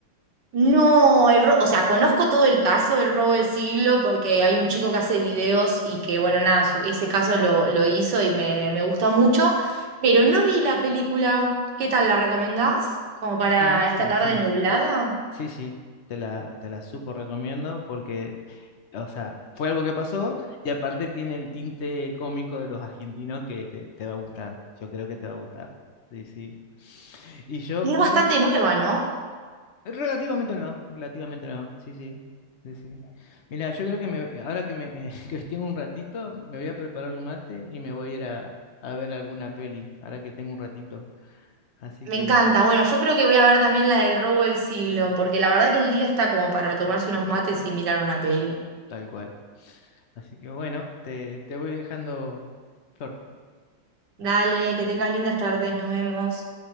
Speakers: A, on the right; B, on the left.
A: No, el ro- o sea, conozco todo el caso del robo del siglo porque hay un chico que hace videos y que, bueno, nada, su- ese caso lo, lo hizo y me, me gustó mucho, pero no vi la película. ¿Qué tal la recomendás? Como para
B: Sí,
A: esta tarde
B: sí.
A: nublada.
B: Sí, sí. Te la, te la súper recomiendo porque, o sea, fue algo que pasó y aparte tiene el tinte cómico de los argentinos que te, te va a gustar. Yo creo que te va a gustar. Sí, sí. Y yo,
A: Y
B: vos
A: es bastante
B: sabés que
A: nueva, ¿no?
B: relativamente nueva, relativamente nueva, sí, sí, sí, sí. Mira, yo creo que me, ahora que me eh, <laughs> que tengo un ratito, me voy a preparar un mate y me voy a ir a, a ver alguna peli, ahora que tengo un ratito. Así
A: Me
B: que,
A: encanta. Bueno, yo creo que voy a ver también la del robo del siglo, porque la verdad que el día está como para tomarse unos mates y mirar una peli.
B: tal cual. Así que bueno, te, te voy dejando, Flor.
A: Dale, que tengas lindas tardes, nos vemos.